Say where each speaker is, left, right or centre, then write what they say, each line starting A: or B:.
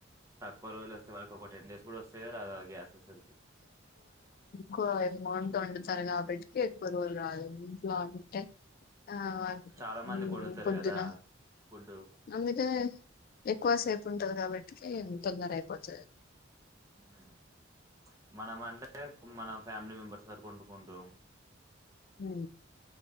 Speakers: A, on the right; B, on the left.
A: తక్కువ రోజుల్ ఒస్తే మనకి ఒక టెన్ డేస్ కూడ వస్తయో రాదో ఆ గ్యాస్ అసల్
B: క్వ ఎమౌంట్ వండుతరు కాబట్టి ఎక్కువ రోజుల్ రాదు అది లాంటే ఆ
A: చాలా మందికి
B: ఊ
A: వండుతారు
B: పొద్దున
A: కదా ఫుడ్డు
B: అందుకే ఎక్కువసేపు ఉంటది కాబట్టికి తొందర అయిపోతది
A: ఉ మనం అంటే కు మన ఫ్యామిలీ మెంబర్స్ వరకు ఒండుకుంటం
B: హ్